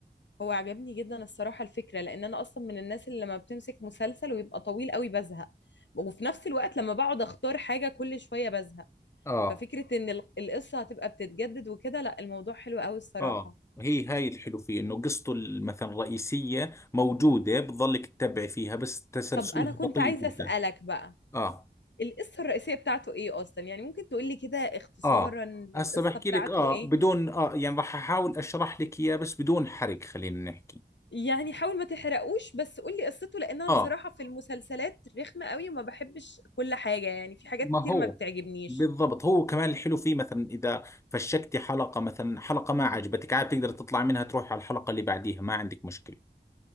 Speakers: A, on the left; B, on the left.
A: هو عجبني جدا الصراحه الفكره لان انا اصلا من الناس اللي لما بتمسك مسلسل ويبقى طويل قوي بزهق وفي نفس الوقت لما بقعد اختار حاجه كل شويه بزهق
B: اه
A: ففكره ان ال- القصه هتبقى بتتجدد وكده لا الموضوع حلو قوي الصراحه
B: اه هي هاي الحلو فيه انه قصته ال- مثلا الرئيسية موجودة بتضلك تتبع فيها بس تسلسلها
A: طب انا كنت
B: بطيء
A: عايزه
B: جدا
A: اسالك بقى
B: اه
A: القصة الرئيسية بتاعته ايه اصلا يعني ممكن تقولي كده اختصارا
B: اه
A: للقصة
B: هسه بحكي
A: بتاعته
B: لك اه
A: ايه
B: بدون اه يعني راح احاول اشرح لك اياه بس بدون حرق خلينا نحكي
A: يعني حاول ما تحرقوش بس قولي قصته لان انا
B: اه
A: بصراحة في المسلسلات رخمة قوي وما بحبش كل حاجة يعني في حاجات
B: ما
A: كتير
B: هو
A: ما بتعجبنيش
B: بالضبط هو كمان الحلو فيه مثلا اذا فشكتي حلقة مثلا حلقة ما عجبتك عاد بتقدر تطلع منها تروح على الحلقة اللي بعديها ما عندك مشكلة